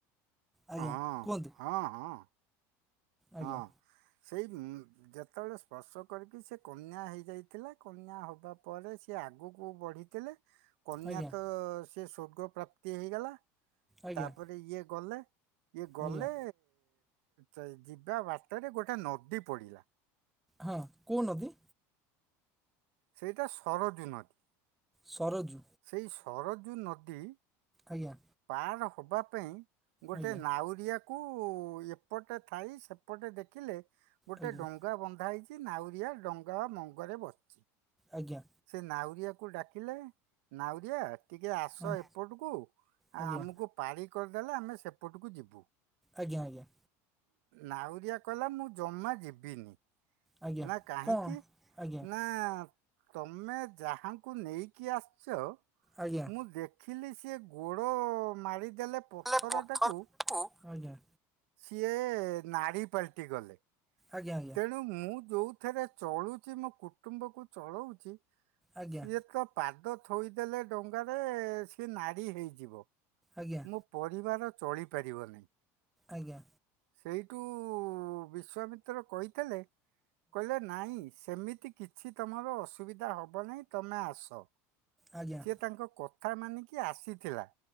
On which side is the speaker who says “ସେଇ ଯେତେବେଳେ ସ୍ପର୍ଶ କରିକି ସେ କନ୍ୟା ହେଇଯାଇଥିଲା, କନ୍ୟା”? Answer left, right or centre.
Right